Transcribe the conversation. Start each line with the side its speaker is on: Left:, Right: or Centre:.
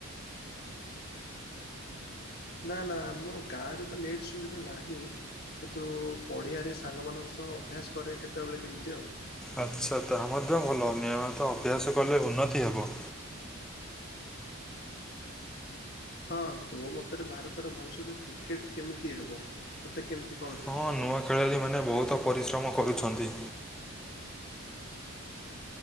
Left: ନା ନା, ଆମ ଗାଁରେ ତ ନେଟ୍ ସୁବିଧା ନାହିଁ। କିନ୍ତୁ ପଢ଼ିଆରେ ସାଙ୍ଗ ମାନଙ୍କ ସହ ଅଭ୍ୟାସ୍‌ କରେ, କେତବେଳେ କେମ୍ତି ଆଉ।
Centre: ଆଚ୍ଛା ତାହା ମଧ୍ୟ ଭଲ, ନିୟ--ତ ଅଭ୍ୟାସ କଲେ ଉନ୍ନତି ହେବ।
Left: ହଁ, ତୋ ମତରେ ଭାରତର ଭବିଷ୍ୟତ କ୍ରିକେଟ୍ କେମିତି ହେବ? <inaudible>
Centre: ହଁ, ନୂଆ ଖେଳାଳି ମାନେ ବହୁତ ପରିଶ୍ରମ କରୁଛନ୍ତି।